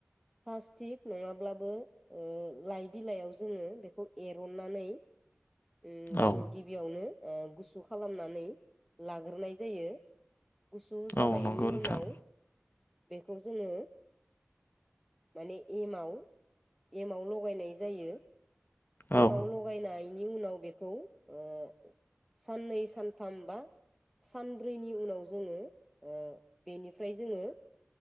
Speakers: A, in the centre; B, on the left.
A: प्लास्टिक नङाब्लाबो ओ लाइ बिलाइयाव जोङो बेखौ एरननानै उम
B: औ
A: जोङो गिबियावनो ओ गुसु खालामनानै लाग्रोनाय जायो गुसु जानायनि
B: औ नंगौ नोंथां
A: उनाव बेखौ जोङो माने एमाव एमाव लगायनाय जायो। एमाव
B: औ
A: लगायनाय बेनि उनाव बेखौ ओ साननै सानथाम बा सानब्रैनि उनाव जोङो ओ बेनिफ्राय जोङो